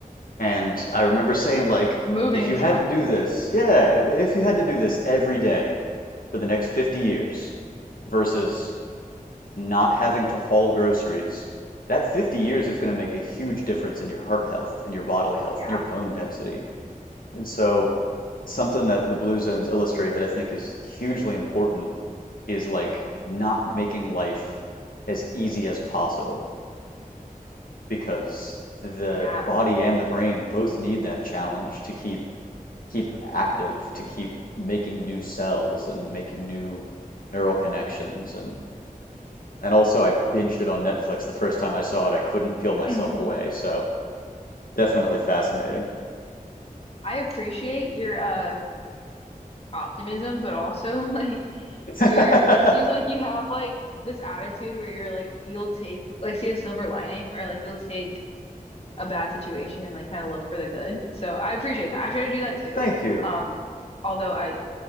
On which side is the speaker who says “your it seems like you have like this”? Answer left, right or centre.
Left